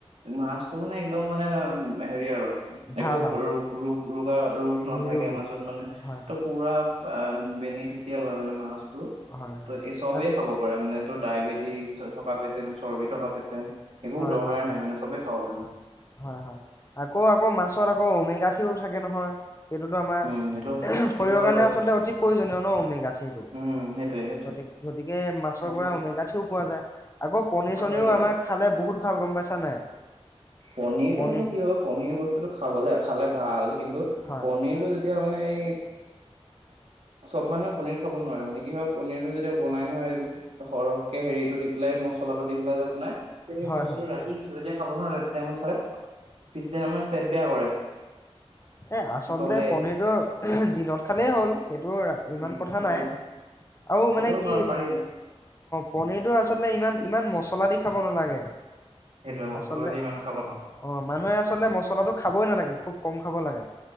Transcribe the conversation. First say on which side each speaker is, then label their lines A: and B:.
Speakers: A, on the right (about 80°); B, on the left (about 30°).
A: মাছ টো মানে একদম মানে হেৰি আৰু একো
B: ভাল আৰু
A: ৰোগ, ৰোগ, ৰোগা ৰোগ নাথাকে
B: নিৰোগী
A: মাজত মানে
B: হয় হয়
A: ত পুৰা বা বেনিফিচিয়েল হয় মানে মাছ
B: হয় হয়
A: ত এই চবেই
B: আ-
A: খাব পাৰে মানে। টো ডায়েবেটিক থকা পেচেণ্ট, চৰ্বি থকা পেচেণ্ট একো
B: হৈ
A: দৰকাৰ
B: হৈ হৈ,
A: নাই মানে চবেই খাব পাৰিব
B: আকৌ আকৌ মাছ তাৰপিছত আকৌ ওমেগাৰ্থিও থাকে নহয়। সেইটোতো আমাৰ
A: উম সেইটো সেইটো
B: শৰীৰৰ
A: হয়
B: কাৰণে
A: বাৰু
B: আচলতে অতি প্ৰয়োজনীয় ন ওমেগাৰ্থিটো,
A: উম সেইটোৱে সেইটোৱে
B: গতি, গতিকে মাছৰ
A: সেইটো
B: পৰা ওমেগাৰ্থিও পোৱা যায়। আকৌ পনীৰ
A: সেইটো
B: চনীৰও
A: হয় বাৰু
B: আমাক বহুত ভাল গম পাইছা নাই?
A: পনিৰটো
B: পনীৰ
A: মানে কি হয় পনিৰ বস্তুটো খাবলে আছে খালে ভাল। কিন্তু
B: হয়
A: পনীৰটো যে এতিয়া মানে এই, চব মানুহে পনীৰ খাব নোৱাৰে মানে। কি হয় পনীৰটো যেতিয়া বনাই নহয় এইবোৰ সৰহকে হেৰিটো দি পেলাই, মচলাটো দি পেলাই যে বনাই সেই
B: হয়
A: বস্তুটো
B: হয়
A: ৰাতি <unintelligible> <unintelligible> জেমনচলে পিছদিনা আমাৰ পেট এয়া কৰে।
B: এ আচলতে
A: জ্বলে
B: পনীৰটোৰ দিনত খালেই হ'ল। ৰু ইমান
A: উম
B: কথা
A: সেইটো
B: নাই আৰু
A: সেইটোও
B: মানে কি
A: হয় পাৰি
B: পনীৰটো আচলতে ইমান মচ মচলা দি খাব নালাগে
A: সেইটোৱে মছলা
B: আচলতে
A: দি ইমান খাব নালাগে
B: অঁ মানুহে আচলতে মছলাটো খা খাবই নালাগে খুব কম থ'ব লাগে